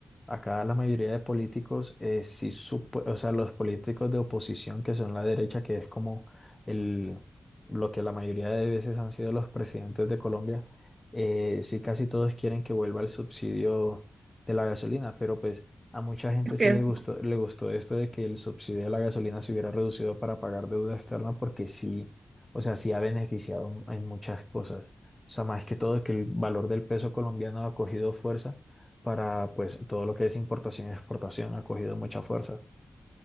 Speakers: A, on the left; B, on the right.
A: acá la mayoría de políticos, eh, sí supo- o sea, los políticos de oposición que son la derecha, que es como el, lo que la mayoría de veces han sido los presidentes de Colombia, eh, sí casi todos quieren que vuelva el subsidio de la gasolina, pero pues a mucha gente
B: Es que
A: sí le
B: es,
A: gustó, le gustó esto de que el subsidio de la gasolina se hubiera reducido para pagar deuda externa, porque sí, o sea, sí ha beneficiado en muchas cosas. O sea, más que todo que el valor del peso colombiano ha cogido fuerza para, pues, todo lo que es importación y exportación ha cogido mucha fuerza.